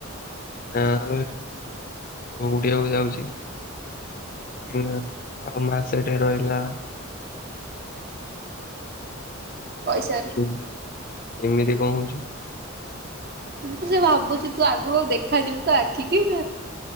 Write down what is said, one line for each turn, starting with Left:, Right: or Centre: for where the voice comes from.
Left: ନା ଦାଉଡିବାକୁ ଯାଉଛି। <unintelligible> ଆଉ ମାସେଟେ ରହିଲା।
Right: ପଇସାରେ।
Left: ହୁ ଏମିତି କ ହଉଛି।
Right: ମୁଁ ତ ସେ ଭାବୁଛି ତୁ ଆଗକୁ ଆଉ ଦେଖାଯିବୁ ତ ଆଖିକି।